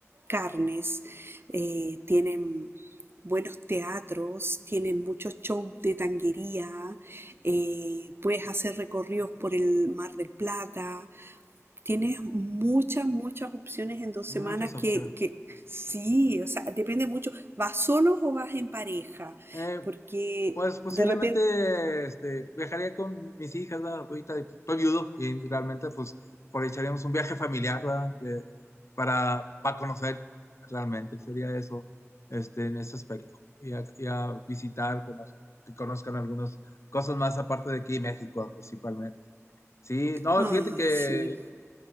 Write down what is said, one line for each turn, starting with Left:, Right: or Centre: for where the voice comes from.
Right: carnes, eh, tienen buenos teatros, tienen muchos shows de tanguería, eh, puedes hacer recorridos por el Mar del Plata, Tienes muchas, muchas opciones en dos
Left: Muchas
Right: semanas que,
Left: opciones.
Right: que sí, o sea, depende mucho. ¿Vas solo o vas en pareja?
Left: Eh,
Right: Porque
Left: pues posiblemente
Right: de repente,
Left: este, viajaría con mis hijas, ¿verdad? Ahorita y, pues, estoy viudo y realmente pues aprovecharíamos un viaje familiar, ¿verdad? De- para, para conocer realmente, sería eso este, en ese aspecto. Y a, y a visitar, conocer, que conozcan algunas cosas más aparte de aquí en México principalmente. Sí, no,
Right: ah,
Left: fíjate que
Right: sí.